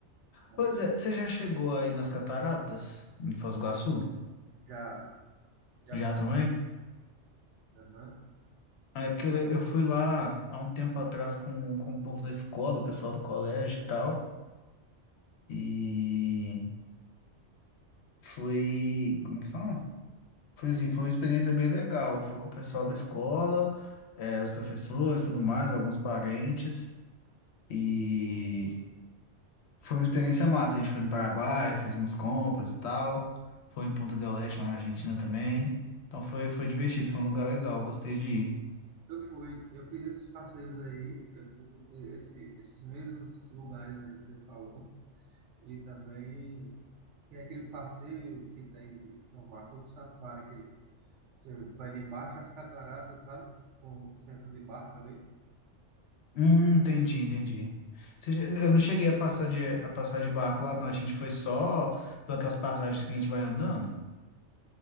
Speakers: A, on the right; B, on the left.
A: Aí
B: Pois é, você já chegou aí nas cataratas, em Foz do Iguaçu?
A: já, já,
B: Já também?
A: aham.
B: Ah, É porque eu, le- eu fui lá há um tempo atrás com, com o povo da escola, o pessoal do colégio e tal. E foi. Como é que fala? Foi assim, foi uma experiência bem legal. Eu fui com o pessoal da escola, eh, os professores e tudo mais, alguns parentes. E Foi uma experiência massa. A gente foi no Paraguai, fez umas compras e tal. Foi em Punta del Este, lá na Argentina também. Então foi, foi divertido, foi um lugar legal, gostei de ir.
A: Eu fui, eu fiz esses passeios aí, eu fiz esse- esse- esses mesmos lugares aí que você falou, e também tem aquele passeio que tem, de, que é o Macro Safari, que você vai debaixo das cataratas, sabe? Com o centro de barca ali.
B: Hum, entendi, entendi. Ou seja, Eu não cheguei a passar de, a passar de barco lá, não. A gente foi só pelas passagens que a gente vai andando.